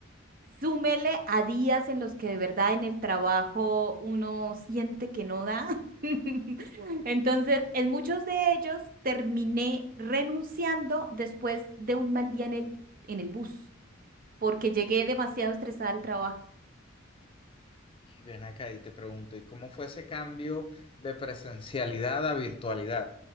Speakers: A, on the right (about 45°); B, on the left (about 25°).
A: Súmele a días en los que de verdad en el trabajo uno siente que no da. <laughs> Entonces, en muchos de ellos terminé renunciando después de un mal día en el, en el bus, porque llegué demasiado estresada al trabajo.
B: Y ven acá y te pregunto, ¿y cómo fue ese cambio de presencialidad a virtualidad?